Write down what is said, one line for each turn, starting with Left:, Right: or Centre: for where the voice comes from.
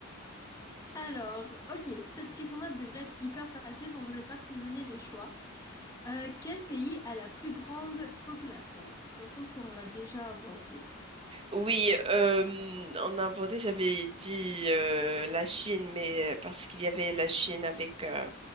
Left: Alors, ok, cette question-là devrait être hyper facile, donc je vais pas te donner les choix. Euh, quel pays a la plus grande population? Surtout qu'on l'a déjà abordé.
Right: Oui, euh, on a abordé, j'avais dit euh, la Chine, mais euh, parce qu'il y avait la Chine avec euh,